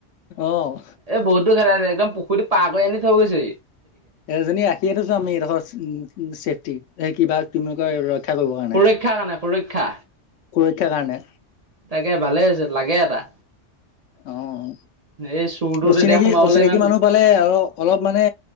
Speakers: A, on the left; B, on the right.
A: অ'।
B: এ বহুত দুৰ খেদাইছে একদম পুখুৰীটো পাৰ কৰি আনি থৈ গৈছে
A: এজনী ৰাখিয়েই থৈছো আমি এডোখৰ চেফটি এই কিবা ৰক্ষা কৰিবৰ কাৰণে।
B: সুৰক্ষা কাৰণে সুৰক্ষা
A: সুৰক্ষাৰ কাৰণে
B: তাকে ভালে হৈছে লাগে এটা
A: অঁ
B: এই চুৰটো
A: অচিনাকি
B: তেতিয়া সোমাবলৈ
A: অচিনাকি
B: ইমান
A: মানুহ পালে আৰু অলপ মানে